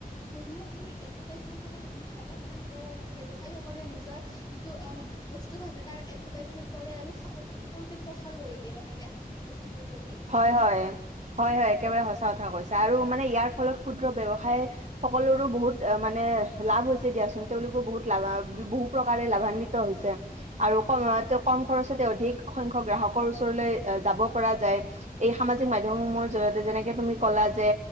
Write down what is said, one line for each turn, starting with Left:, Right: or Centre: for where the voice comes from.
Left: বিভিন্ন তুমি এডভাৰটাইজ চাগে দেখিছাই তাত ব্যৱসায়ী সকলে নিজৰ যিটো আম বস্তু থাকে তাৰ এডভাৰটাইজমেন্ট কৰে আৰু সকলোতে প্ৰচাৰ কৰি দিয়ে নহয় নে? বস্তুটোৰ প্ৰতি
Right: হয় হয় হয় হয় একেবাৰে সচা। কথা কৈছা আৰু মানে ইয়াৰ ফলত ক্ষুদ্ৰ ব্যৱসায় সকলৰো বহুত এ মানে লাভ হৈছে দিয়াচোন, তেওঁলোকো বহুত লাভা বহু প্ৰকাৰে লাভান্বিত হৈছে আৰু কম তেওঁ কম খৰচতে অধিক সংখ্যক গ্ৰাহকৰ ওচৰলৈ যাব পৰা যায়। এই সামাজিক মাধ্যমসমূহৰ জৰিয়তে যেনেকে তুমি ক'লা যে